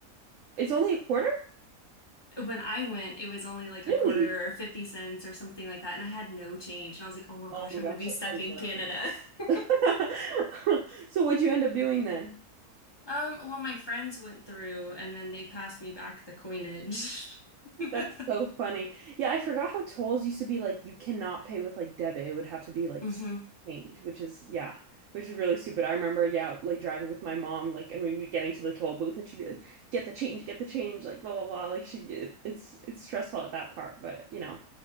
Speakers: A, on the right; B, on the left.
A: It's only a quarter?
B: When I went, it was only like
A: Really?
B: a quarter or 50 cents or something like that, and I had no change. And I was like, oh my
A: Oh
B: gosh,
A: my
B: I'm
A: gosh,
B: going to be
A: that's
B: stuck
A: the
B: in
A: worst.
B: Canada. <laughs>
A: <laughs> So what'd you end up doing then?
B: Um, well, my friends went through, and then they passed me back the coinage.
A: That's
B: <laughs>
A: so funny. Yeah, I forgot how tolls used to be like you cannot pay with like debit. It would have to be like
B: hmm
A: change, which is yeah, which is really stupid. I remember, yeah, like driving with my mom, like and we'd be getting to the toll booth and she'd be like, get the change, get the change, like blah blah blah. Like she it, it's it's stressful at that part, but you know.